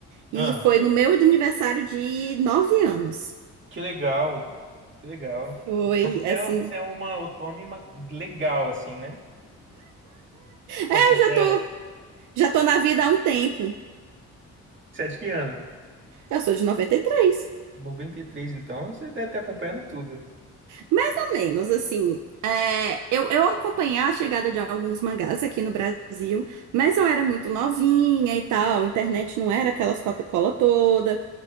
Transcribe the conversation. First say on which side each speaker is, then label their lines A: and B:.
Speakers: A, on the right (about 80°); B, on the right (about 40°).
A: E
B: ah,
A: foi no meu aniversário de nove anos.
B: que legal, que legal.
A: Foi
B: Mas você
A: assim.
B: é, você é uma otome ma- legal assim, né? Você
A: É, eu
B: considera?
A: já tô, já tô na vida há um tempo.
B: Você é de que ano?
A: Eu sou de 93.
B: 93, então você deve estar acompanhando tudo.
A: Mais ou menos, assim. é, eu, eu acompanhei a chegada de alguns mangás aqui no Brasil, mas eu era muito novinha e tal, a internet não era aquelas Coca-Cola toda.